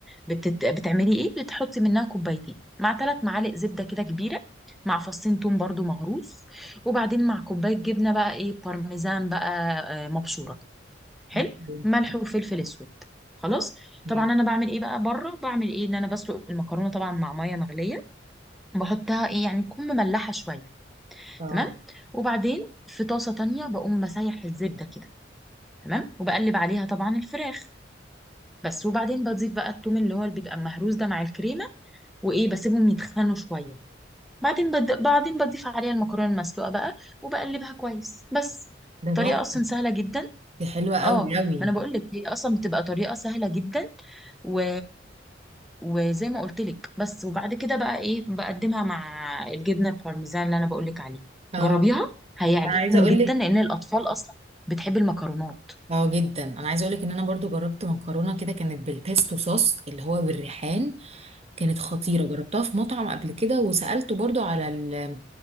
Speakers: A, in the centre; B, on the right.
A: بتت... بتعملي ايه بتحطي منها كوبايتين مع ثلاث معالق زبده كده كبيره مع فصين توم برضو مهروس وبعدين مع كوبايه جبنه بقى ايه بارميزان بقى آه، مبشوره حلو
B: أوكي.
A: ملح وفلفل اسود خلاص
B: أمم.
A: طبعا انا بعمل ايه بقى بره بعمل ايه ان انا بسلق المكرونه طبعا مع ميه مغليه بحطها ايه يعني تكون مملحه شويه
B: اه
A: تمام وبعدين في طاسه تانية بقوم مسيح الزبده كده تمام وبقلب عليها طبعا الفراخ بس وبعدين بضيف بقى التوم اللي هو اللي بيبقى مهروس ده مع الكريمه وايه بسيبهم يتخنوا شويه بعدين بد... بعدين بضيف عليها المكرونه المسلوقه بقى وبقلبها كويس بس
B: ده تحفه
A: طريقه اصلا سهله جدا
B: دي حلوه
A: اه
B: قوي قوي
A: ما انا بقول لك هي اصلا بتبقى طريقه سهله جدا و... وزي ما قلت لك بس وبعد كده بقى ايه بقدمها مع الجبنه البارميزان اللي انا بقول لك عليها
B: اه
A: جربيها هيعجبهم
B: انا عايزه اقول
A: جدا
B: لك
A: لان الاطفال اصلا بتحب المكرونات
B: اه جدا انا عايزه اقولك ان انا برضو جربت مكرونه كده كانت بالبيستو صوص اللي هو بالريحان كانت خطيره جربتها في مطعم قبل كده وسالته برضو على ال-